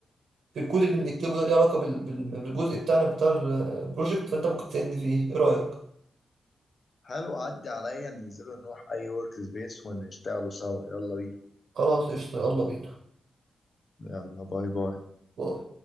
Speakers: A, on the right (about 75°); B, on the left (about 35°).
A: في الكود اللي بنكتبه ده ليه علاقه بال- بال- بالجزء بتاعنا بتاع البروجكت فانت ممكن تساعدني فيه ايه رايك
B: حلو عدي عليا ننزلوا نروح اي ورك سبيس ونشتغلوا سوا يلا بينا
A: خلاص قشطة يلا بينا
B: يلا باي باي
A: باي.